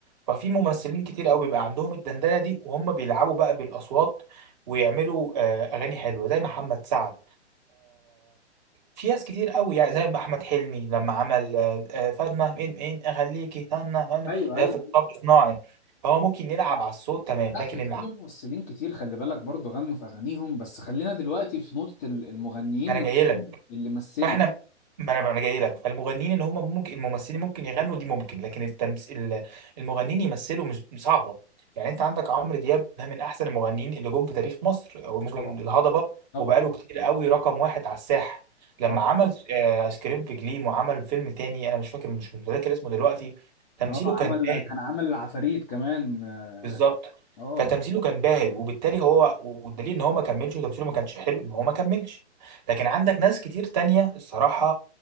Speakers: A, on the right; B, on the left.
A: ففي ممثلين كتير قوي بيبقى عندهم الدندنه دي وهم بيلعبوا بقى بالاصوات ويعملوا آه اغاني حلوه زي محمد سعد في ناس كتير قوي يعني زي ما احمد حلمي لما عمل آه، آه، فاطمه مين مين اخليكي هنا هنا
B: ايوه
A: ده
B: ايوه
A: في طب صناعي فهو ممكن يلعب على الصوت تمام
B: لا
A: لكن
B: في
A: العزف
B: في ممثلين كتير خلي بالك برضو غنوا في اغانيهم بس خلينا دلوقتي في نقطه ال- المغنيين
A: ما انا جاي
B: اللي مثلوا
A: فاحنا ما انا انا جاي لك فالمغنيين ان هم ممكن الممثلين ممكن يغنوا دي ممكن لكن التمثيل المغنيين يمثلوا مش مش صعبه يعني انت عندك عمرو دياب ده من احسن المغنيين اللي جم في تاريخ مصر او ممكن
B: طبعا
A: الهضبه
B: طبعا
A: وبقاله كتير قوي رقم واحد على الساحه لما
B: طبعا
A: عمل آه، ايس كريم في جليم وعمل فيلم تاني انا مش فاكر مش متذكر اسمه دلوقتي تمثيله
B: اه عمل
A: كان باهت
B: كان عمل العفاريت كمان اه
A: بالظبط
B: آه،
A: فتمثيله كان باهت وبالتالي هو والدليل ان هو ما كملش وتمثيله ما كانش حلو ان هو ما كملش لكن عندك ناس كتير تانية الصراحة